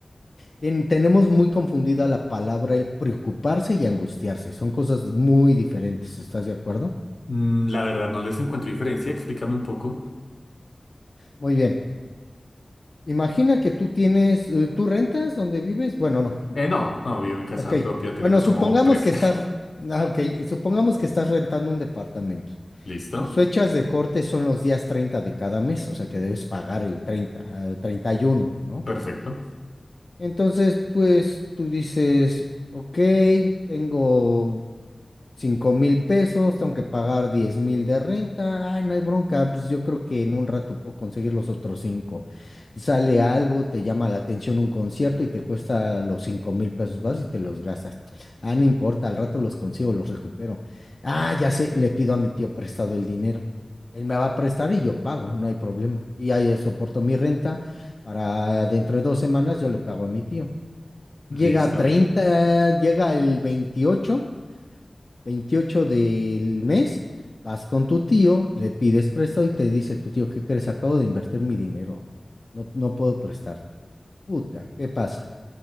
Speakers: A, on the left; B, on the left.
A: ten- tenemos muy confundida la palabra el preocuparse y angustiarse. Son cosas muy diferentes. ¿Estás de acuerdo?
B: Mm, la verdad no les encuentro diferencia, explícame un poco.
A: Muy bien. Imagina que tú tienes, eh, tú rentas donde vives. Bueno, no.
B: Eh, no, no, vivo en casa
A: Ok,
B: propia, tenemos
A: bueno, supongamos
B: como tres.
A: que estás, ah, ok, supongamos que estás rentando un departamento.
B: <laughs> ¿Listo?
A: Tus fechas de corte son los días 30 de cada mes, o sea que debes pagar el 30 el 31, ¿no?
B: Perfecto.
A: Entonces, pues tú dices, ok, tengo cinco mil pesos, tengo que pagar diez mil de renta, ay, no hay bronca, pues yo creo que en un rato puedo conseguir los otros cinco. Sale algo, te llama la atención un concierto y te cuesta los cinco mil pesos, vas y te los gastas. Ah, no importa, al rato los consigo, los recupero. Ah, ya sé, le pido a mi tío prestado el dinero. Él me va a prestar y yo pago, no hay problema. Y ahí soporto mi renta para dentro de dos semanas yo le pago a mi tío. Llega
B: Listo.
A: a 30, llega el veintiocho veintiocho del mes, vas con tu tío, le pides prestado y te dice, tu tío, ¿qué crees? Acabo de invertir mi dinero. No, no puedo prestarte. Puta, ¿qué pasa?